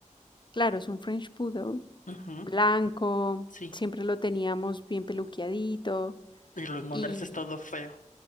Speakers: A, on the left (about 35°); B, on the left (about 80°).
A: claro, es un French Poodle
B: ujú,
A: blanco,
B: sí.
A: siempre lo teníamos bien peluqueadito
B: Y lo encontraste
A: y
B: todo feo.